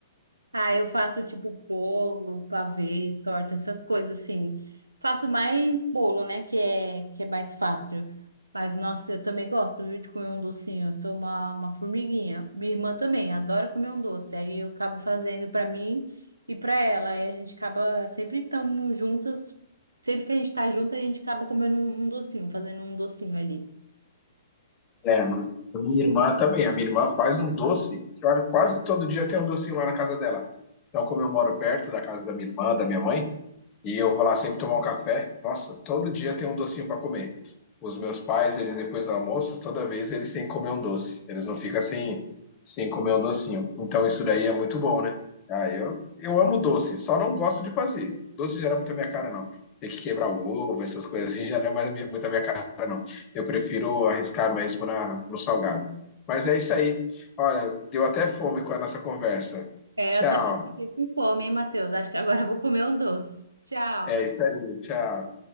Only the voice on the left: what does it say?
É, mano. Minha irmã também. A minha irmã faz um doce que, olha, quase todo dia tem um docinho lá na casa dela. Então, como eu moro perto da casa da minha irmã, da minha mãe, E eu vou lá sempre tomar um café. Nossa, todo dia tem um docinho para comer. Os meus pais, eles depois do almoço, toda vez eles têm que comer um doce. Eles não ficam sem, sem comer um docinho. Então isso daí é muito bom, né? Ah, eu, eu amo doce, só não gosto de fazer. Doce já não é muito a minha cara, não. Ter que quebrar o ovo, essas coisas assim, já não é mais minha- muito a minha cara, não. Eu prefiro arriscar mesmo na, no salgado. Mas é isso aí. Olha, deu até fome com a nossa conversa.
Tchau.
É isso aí. Tchau.